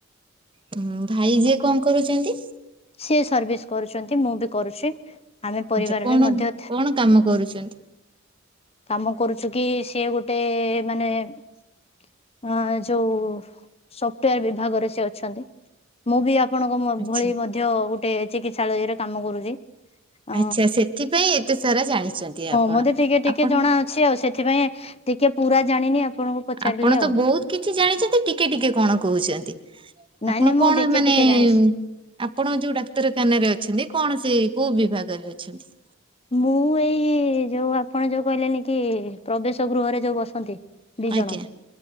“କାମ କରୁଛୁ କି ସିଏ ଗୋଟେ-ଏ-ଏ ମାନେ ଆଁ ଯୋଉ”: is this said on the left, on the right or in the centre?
Left